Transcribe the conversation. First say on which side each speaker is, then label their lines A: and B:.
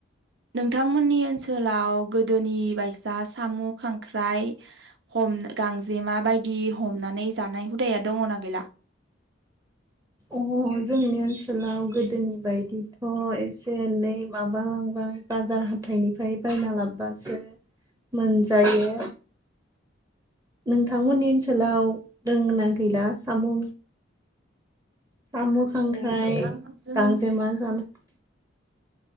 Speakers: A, on the right (about 60°); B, on the right (about 15°).
A: नोंथांमोननि ओनसोलाव गोदोनि बायसा साम' खांख्राइ हमना गांजेमा बायदि हमनानै जानाय हुदाया दङना गैला?
B: अ जोंनि ओनसोलाव गोदोनि बायदिथ' एसे एनै माबालांबाय बाजार हाथाइनिफ्राय बायना लाबोबासो मोनजायो नोंथांमोननि ओनसोलाव दोंना गैला सामु सामु खांख्राय
A: औ नोंथां जों
B: गांजेमा जानाय